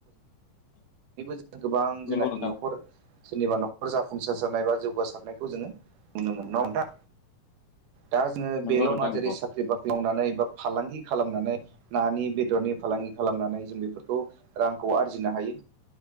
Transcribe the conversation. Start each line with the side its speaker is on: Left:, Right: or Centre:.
Right: जों गोबां
Left: नंगौ
Right: जेनाखि
Left: नोंथां
Right: न'खर सोरनिबा न'खर जाफुंसारजानाय बा जौगासारनायखौ जोङो नुनो मोनो <inaudible> नोंथां दा जोङो
Left: नंगौ
Right: बेल'
Left: नोंथां
Right: ना
Left: नंगौ
Right: जेरै साख्रि बाख्रि मावनानै बा फालांगि खालामनानै नानि बेदरनि फालांगि खालामनानै जों बेफोरखौ रांखौ खौ आरजिनो हायो